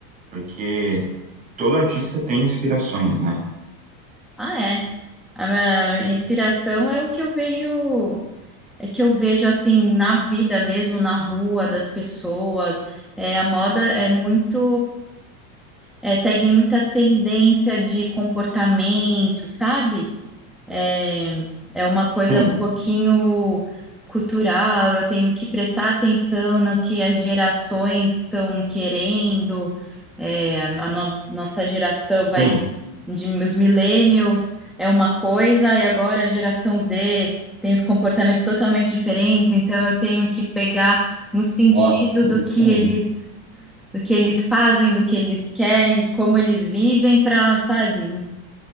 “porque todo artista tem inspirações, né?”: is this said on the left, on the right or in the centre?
Right